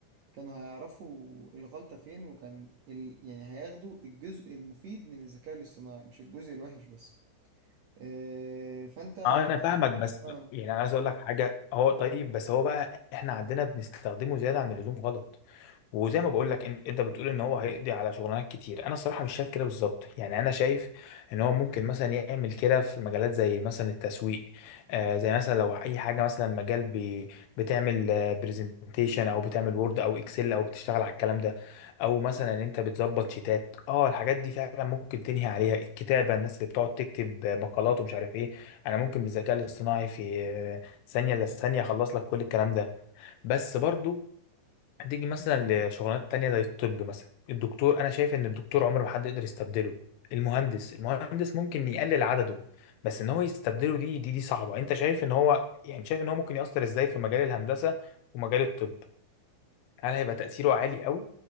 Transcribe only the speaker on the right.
كانوا هيعرفوا الغلطة فين وكان ال... يعني هياخدوا الجزء المفيد من الذكاء الاصطناعي مش الجزء الوحش بس آه فانت
آه.